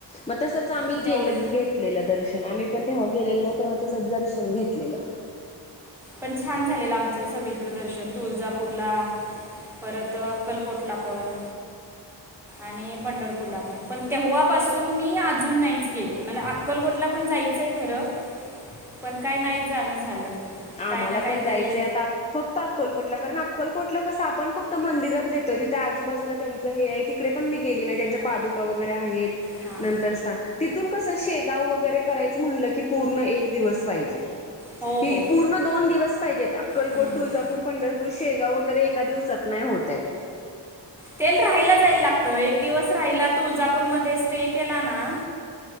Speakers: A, on the left; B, in the centre.
A: मग तसंच आम्ही
B: मग तेवढं
A: गेलत घेत घेतलं दर्शन आम्ही पण तेव्हा गेलेलो ना तेव्हा तच दर्शन घेतलेलं.
B: पण छान झालेलं आमचं सगळीकडं दर्शन तुळजापूरला परत अक्कलकोटला पण आणि पंढरपूरला पण पण तेव्हापासून मी अजून नाहीच गेली मला अक्कलकोटला पण जायचं आहे खरं. पण काय नाही जाणं झालं
A: आम्हाला
B: काही ना काहीतरी
A: पण जायचंय आता फक्त अक्कलकोटला कारण अक्कलकोटला कसं आपण फक्त मंदिरच जातोय तिथे आजूबाजूला हे आहे तिकडे पण मी गेली नाही त्यांच्या पादुका वगैरे आहेत
B: हां
A: नंतर सांग तीथून कस शेगाव वगैरे कराय म्हणलं की पूर्ण एक दिवस पाहिजे.
B: हो
A: ही
B: हो
A: पूर्ण दोन दिवस पाहिजेत अक्कलकोट,
B: हम्म.
A: तुळजापूर, पंढरपूर, शेगाव वगैरे एका दिवसात नाही होतय.
B: तेल राहायला जायला लागत एक दिवस राहिला तर तुळजापूरमध्ये स्टे केला ना